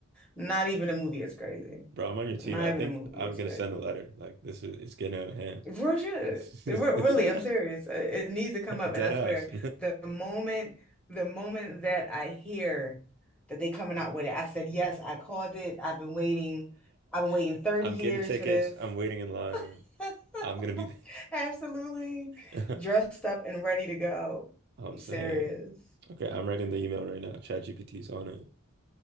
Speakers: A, in the centre; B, on the right.
A: Not even a movie is crazy.
B: I'm on your team.
A: Not
B: I
A: even
B: think
A: a movie
B: I'm
A: is
B: gonna
A: crazy.
B: send a letter. Like this is it's getting out of hand.
A: Real shit.
B: This is-
A: Re- Really,
B: <laughs>
A: I'm serious. Uh, It needs to come up,
B: Dead
A: and I
B: ass.
A: swear, the moment, the moment that I hear that they coming out with it, I said, yes, I called it. I've been waiting. I've been waiting
B: <laughs>
A: 30
B: I'm
A: years
B: getting tickets.
A: for this.
B: I'm waiting in line.
A: <laughs>
B: I'm gonna be
A: Absolutely.
B: <laughs>
A: Dressed up and ready to go.
B: I'm
A: I'm
B: saying,
A: serious.
B: okay, I'm writing the email right now. ChatGPT's on it.